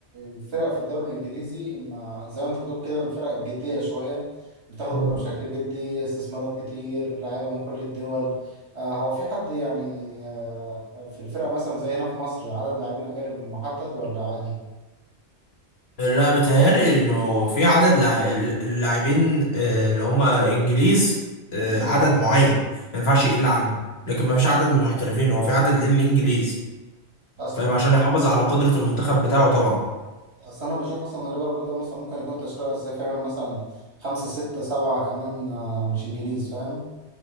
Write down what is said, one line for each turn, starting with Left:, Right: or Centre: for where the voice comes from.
Right: الفرق في الدوري الإنجليزي ما زي ما أنت بتقول كده الفرق جدية شوية بتاخد
Left: يعني
Right: الكرة بشكل جدي استثمارات كتير لعيبة من كل الدول آه هو في حد يعني آه في الفرقة مثلا زي هنا في مصر عدد لاعبين أجانب محدد ولا عادي؟
Left: لا بيتهيألي انه في عدد لاع- اللاعبين آه، اللي هم انجليز آه،
Right: مم.
Left: عدد معين ما
Right: مم.
Left: ينفعش يقل عنه لكن ما فيش عدد للمحترفين هو في عدد للانجليز
Right: أصلا
Left: فاهم عشان يحافظ على قدرة المنتخب بتاعه طبعا
Right: أصل أنا بشوف مثلا إن ليفربول ده مثلا ممكن يكون تشكيلة أساسية فعلا مثلا خمسة ستة سبعة كمان آه مش إنجليز فاهم؟